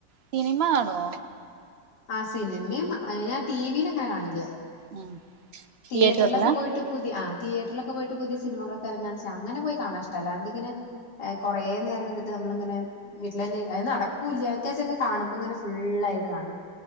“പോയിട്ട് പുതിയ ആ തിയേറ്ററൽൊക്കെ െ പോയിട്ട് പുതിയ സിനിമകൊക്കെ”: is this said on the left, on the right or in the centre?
Left